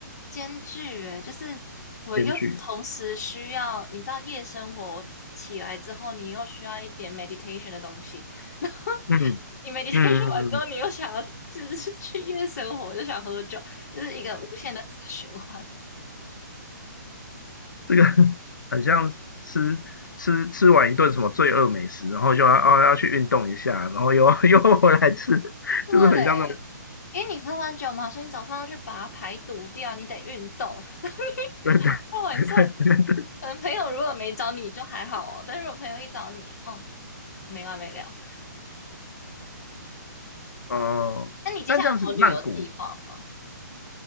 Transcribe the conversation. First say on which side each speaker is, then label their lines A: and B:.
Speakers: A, on the left; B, on the left.
A: 兼具诶，就是我又同时需要，
B: 兼具？
A: 你知道夜生活，起来之后，你又需要一点 meditation 的东西，<laughs> 然
B: 嗯嗯嗯，
A: 你 meditation 完之后，
B: 嗯
A: 你又想要就是 <laughs> 去夜生活，又想喝酒，就是一个无限的死循环。
B: 这个 <laughs> 很像吃吃吃完一顿什么罪恶美食，然后就要哦要去运动一下，然后又 <laughs> 又回来吃，
A: <laughs> 对，
B: 就是很像那种
A: 因为你喝完酒嘛，所以你早上要去把它排毒掉，你得运动。<laughs>
B: <laughs> 对
A: 到晚上，
B: 对对
A: 可能朋友如果没找你就还好哦，但如果朋友一找你，哦，没完没了。
B: 哦。
A: 好，那你接下来有什么旅游计划吗？
B: 但这样子，曼谷